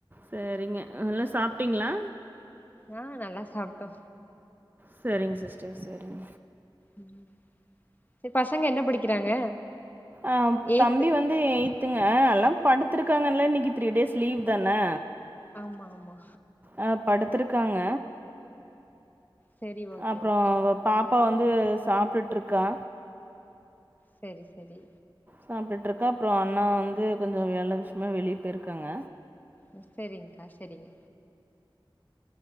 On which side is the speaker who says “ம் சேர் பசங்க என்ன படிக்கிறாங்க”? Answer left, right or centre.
Left